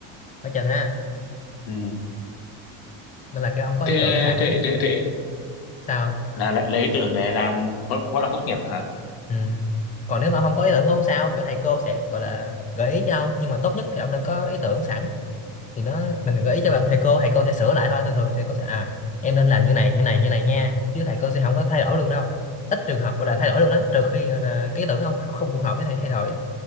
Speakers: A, on the left (about 20°); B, on the left (about 70°).
A: phải chừng á
B: ừ.
A: nên là cái ông có
B: thế,
A: ý tưởng sẵn
B: thế, thế, thế
A: sao
B: là lấy lấy ý tưởng để làm khóa khóa luận tốt nghiệp hả
A: Ừ. Còn nếu mà ông không có ý tưởng không sao kiểu thầy cô sẽ gọi là gợi ý cho ông nhưng mà tốt nhất thì ông nên có ý tưởng sẵn thì nó mình đừng gợi ý cho bà- thầy cô thầy cô sẽ sửa lại thôi thường thường thầy cô sẽ à em nên làm như này như này như này nha chứ thầy cô sẽ không có thay đổi luôn đâu ít trường hợp gọi là thay đổi luôn lắm trừ khi gọi là ý tưởng ông không, không phù hợp với thầy thay đổi